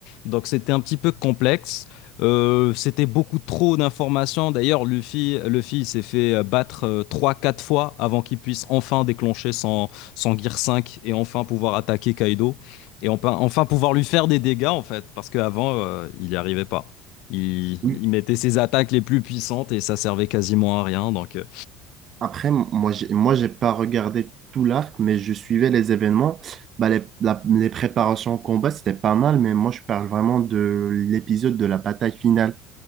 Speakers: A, on the left; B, on the right.
A: Donc, c'était un petit peu complexe. Euh, c'était beaucoup trop d'informations. D'ailleurs, Luffy, Luffy il s'est fait euh, battre euh, trois quatre fois avant qu'il puisse enfin déclencher son, son Gear 5 et enfin pouvoir attaquer Kaido. Et enfin, enfin pouvoir lui faire des dégâts, en fait, parce qu'avant, euh, il n'y arrivait pas. Il,
B: Oui.
A: il mettait ses attaques les plus puissantes et ça servait quasiment à rien. Donc, euh,
B: Après, m- moi, j'ai, moi, j'ai pas regardé tout l'arc, mais je suivais les événements. Bah les, la- les préparations au combat, c'était pas mal, mais moi, je parle vraiment de l'épisode de la bataille finale.